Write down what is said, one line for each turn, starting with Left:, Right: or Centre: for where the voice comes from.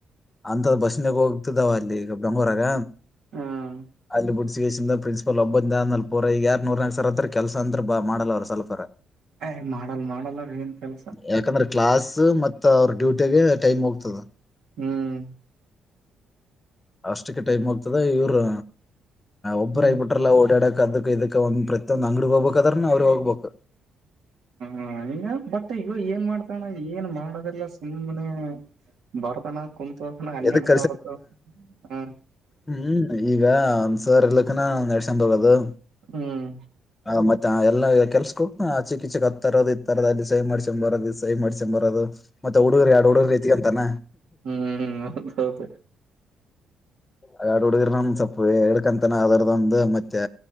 Left: ಅಂತ ಬಸ್ನಾಗ ಹೋಗ್ತಿದಾವ ಅಲ್ಲಿ ಈಗ ಬೆಂಗ್ಳೂರಾಗ
Right: ಹ್ಮ್
Left: ಅಲ್ಲಿ ಬೀಡಸಿಕಸ ಪ್ರಿನ್ಸ್ ಸ್ವಲ್ಪ ಒಬ್ಬಂದ ಜನ್ ಪೋರ ಈಗ ಯಾರ್ ನೂರ್ ನಾಕ ಸರ್ ಅತ್ರ ಕೆಲಸ ಅಂತ ಬಾಳ ಮಾಡಲ್ಲವ ಅವ ಸ್ವಲ್ಪಾರ
Right: ಏ ಮಾಡಲ್ ಮಾಡಲ್ಲ ರೀ ಏನ್ ಕೆಲ್ಸಾ
Left: ಯಾಕಂದ್ರ ಕ್ಲಾಸ್ ಮತ್ತ ಅವ್ರ ಡ್ಯೂಟಿಗೆ ಟೈಮ್ ಹೋಗ್ತದ
Right: ಹುಂ
Left: ಅಷ್ಟಕ್ಕೆ ಟೈಮ್ ಹೋಗ್ತದೆ ಇವರು ಒಬ್ಬರಾಗಿಬಿಟ್ಟ್
Right: ಹ್ಮ
Left: ಎಲ್ಲ ಓಡಕ್ ಅದಕ್ ಇದಕ್ ಒಂದ ಪ್ರತಿಯೊಂದ ಅಂಗಡಿ ಹೋಗ್ಬೇಕ ಅದ್ರೂ ಅವ್ರು ಹೋಗ್ಬೇಕ
Right: ಹ ಈಗ ಬಟ್ ಈಗ ಏನ್ ಮಾಡೊದ ಏನ್ ಮಾಡದೆಲ್ಲಾ ಸುಮ್ಮನೆ ಬರ್ದಾನ ಕುತ್ರ್ತಾನ ಹನ್ನೆರಡು
Left: ಎದಕ್
Right: ಸಾವಿರದ ಹಾ
Left: ಹುಂ ಈಗ ಒಂದ್ಸರ್ ಇರ್ಲಕ್ಕನ ಒಂದ್ ರೇಷನ್ ತಗೊಳೋದು
Right: ಹುಂ
Left: ಹ ಮತ್ತೆ ಎಲ್ಲಾ ಕೆಲ್ಸಕ ಹೋಕ್ತ ಆ ಚಿಕ್ ಚಿಕ್ ಹತ್ತರದ ಇತರದ ಅಲ್ಲಿ ಸಹಿ ಮಾಡ್ಕೊಂಡ್ ಬರೋದು ಸಹಿ ಮಾಡಿಸ್ಕೊಂಡ ಬರೋದು ಮತ್ತೆ ಹುಡುಗ್ರ ಎರಡು ಹುಡುಗ್ರ ಐತಿಕೋತಾನ
Right: ಹುಂ ಹುಂ ಹೌದ ಹೌದ
Left: ಆ ಎಡ್ ಹುಡಗ್ರ ನನ್ ಸ್ವಲ್ಪ ಹೇಳ್ಕಂತನ ಅದರದೋಂದು ಮತ್ತೆ